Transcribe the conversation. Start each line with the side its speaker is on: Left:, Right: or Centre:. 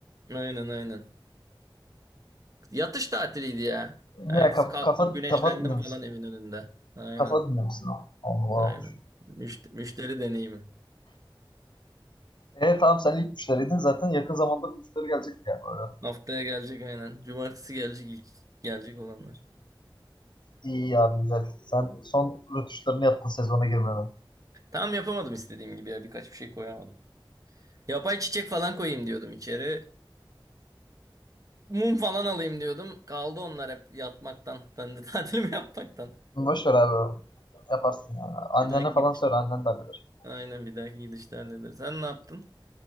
Right: Aynen aynen. Yatış tatiliydi ya. Ertesi
Left: Ne kafa
Right: kalktım
Left: kafa
Right: güneşlendim
Left: kafa dinlemişsin.
Right: falan evin önünde. Aynen.
Left: Kafa dinlemişsin o. Allah
Right: Aynen.
Left: olmuş.
Right: Müşt- müşteri deneyimi.
Left: E tamam sen ilk müşteriydin zaten yakın zamanda bir müşteri gelecek ya böyle.
Right: Haftaya gelecek aynen. Cumartesi gelecek ilk gelecek olanlar.
Left: İyi ya güzel. Sen son rötuşlarını yaptın sezona girmeden.
Right: Tam yapamadım istediğim gibi ya. Birkaç bir şey koyamadım. Yapay çiçek falan koyayım diyordum içeri. Mum falan alayım diyordum. Kaldı onlar hep yatmaktan. Ben de <laughs> tatilimi yapmaktan.
Left: Boş ver abi. Yaparsın yani. Annene
Right: Bir dahaki
Left: falan
Right: gidiş.
Left: söyle annen de halleder.
Right: Aynen bir dahaki gidişte hallederiz. Sen ne yaptın?